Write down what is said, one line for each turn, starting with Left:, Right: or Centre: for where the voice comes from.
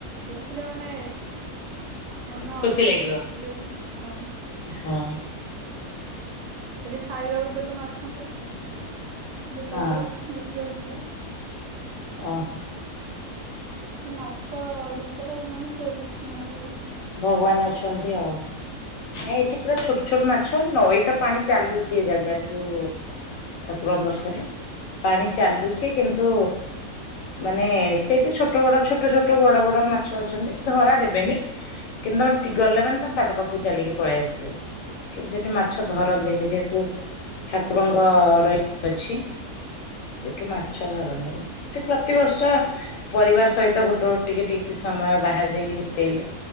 Right: ଦେଖିଲେ ମାନେ ମନ
Left: ଖୁସି ଲାଗିବ।
Right: ଖାଲି ହଁ
Left: ହଁ।
Right: ଏଠି ଖାଇବାକୁ ଦେଲୁ ମାଛଙ୍କୁ। ଏଠି
Left: ହଁ
Right: ଲଡୁ ବିକ୍ରିହଉଚି। ଥିଲା।
Left: ଅଁ।
Right: ମାଛ ରୂପରେ ମାନେ ସେ ବିଷ୍ଣୁ ହେଲେ।
Left: ଭଗବାନ ଅଛନ୍ତି ଆଉ। ନାଇଁ ଏଠି ପୁରା ଛୋଟ ଛୋଟ ମାଛ ନଈ ତ ପାଣି ଚାଲୁଛି ଏ ଜାଗାରେ, ଯୋଉ ଠାକୁରଙ୍କ ପାଖରେ ପାଣି ଚାଲୁଛି କିନ୍ତୁ ମାନେ ସେଠି ଛୋଟ ବଡ ଛୋଟ ଛୋଟ ବଡ ବଡ ମାଛ ଅଛନ୍ତି ଧରା ଦେବେନି। କିନ୍ତୁ ତମେ ଗଲେ ମାନେ ତମ ପାଦ ପାଖକୁ ଚାଲିକି ପଳେଇ ଆସିବ କିନ୍ତୁ ସେଠି ମାଛ ଧରନ୍ତିନି ଯେହେତୁ ଠାକୁରଙ୍କ ରହି ଅଛି ସେଠୁ ମାଛ ଧରନ୍ତିନି ଏ ପ୍ରତିବର୍ଷ ପରିବାର ସହିତ ଗୋଟେ ଟିକେ ଟିକେ ସମୟ ବାହାରେ ଯାଇକି ବିତେଇଲେ